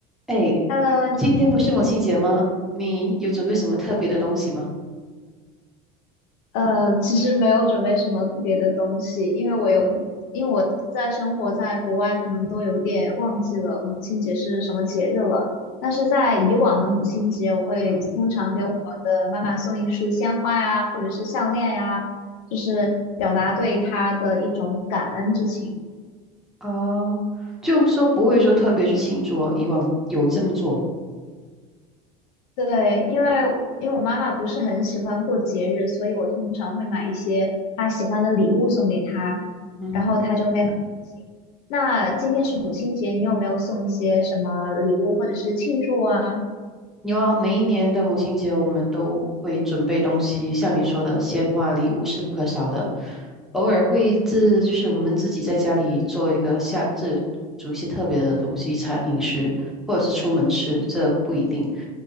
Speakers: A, in the centre; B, on the left (about 70°).
A: 哎，
B: Hello，你
A: 今天不是母亲节吗？你有准备什么特别的东西吗？
B: 呃，其实没有准备什么特别的东西，因为我有，
A: 嗯
B: 因为我现在生活在国外，可能都有点忘记了母亲节是什么节日了。但是在以往的母亲节，我会通常给我的妈妈送一束鲜花呀，
A: 哼，嗯
B: 或者是项链呀，就是表达对她的一种感恩之情。
A: 啊，就说不会说特别去庆祝哦，以往有这么做吗？
B: 对，因为因为我妈妈不是很喜欢过节日，所以我通常会买一些她喜欢的礼物送给她，
A: 嗯哼。
B: 然后她就会很开心。那今天是母亲节，你有没有送一些什么礼物或者是庆祝啊？
A: 有啊，每一年的母亲节，我们都会准备东西，像你说的，鲜花、礼物是不可少的。偶尔会自，就是我们自己在家里做一个下，自煮一些特别的东西，餐饮食，或者是出门吃，这不一定。